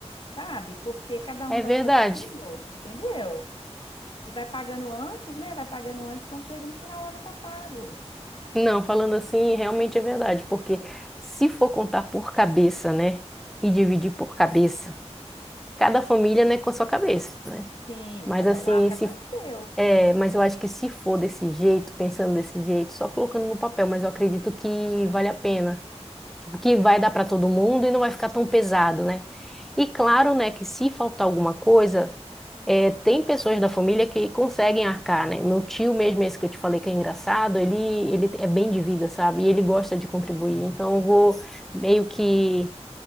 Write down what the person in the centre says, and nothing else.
É
verdade.
Não, falando assim, realmente é verdade, porque se for contar por cabeça, né? E dividir por cabeça, cada família, né, com a sua cabeça, né?
Mas
assim,
se
É, mas eu acho que se for desse jeito, pensando desse jeito, só colocando no papel, mas eu acredito que vale a pena. Tipo, que vai dar para todo mundo e não vai ficar tão pesado, né? E claro, né, que se faltar alguma coisa, é, tem pessoas da família que conseguem arcar, né? Meu tio mesmo, esse que eu te falei que é engraçado, ele, ele é bem de vida, sabe? E ele gosta de contribuir. Então eu vou meio que,